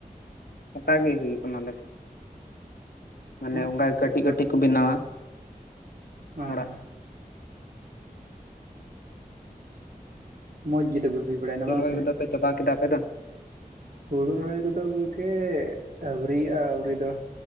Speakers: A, on the left; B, on the right.
A: ᱚᱱᱠᱟ ᱜᱮ ᱦᱩᱭᱩᱜ ᱠᱟᱱᱟ ᱟᱞᱮᱥᱮᱫ
B: ᱦᱩᱭᱩᱜᱼᱟ
A: ᱢᱟᱱᱮ ᱚᱱᱠᱟ ᱠᱟᱹᱴᱤᱡ
B: ᱛᱚ
A: ᱠᱟᱹᱴᱤᱡ ᱠᱚ ᱵᱮᱱᱟᱣᱟ᱾᱾
B: ᱦᱮᱸ,
A: ᱚᱲᱟᱜ
B: ᱢᱚᱡᱽ ᱜᱮ ᱛᱚᱵᱮ ᱦᱩᱭ ᱵᱟᱲᱟᱭᱱᱟ
A: ᱦᱩᱲᱩ
B: ᱵᱟᱝ
A: ᱨᱚᱦᱚᱭ
B: ᱥᱮ?
A: ᱠᱚᱫᱚ ᱯᱮ ᱪᱟᱵᱟ ᱠᱮᱫᱟ ᱟᱯᱮ ᱫᱚ
B: ᱦᱩᱲᱩ ᱨᱚᱦᱚᱭ ᱠᱚᱫᱚ ᱜᱚᱢᱠᱮ ᱟᱹᱣᱨᱤᱭᱟᱜᱼᱟ ᱟᱹᱣᱨᱤ ᱫᱚ,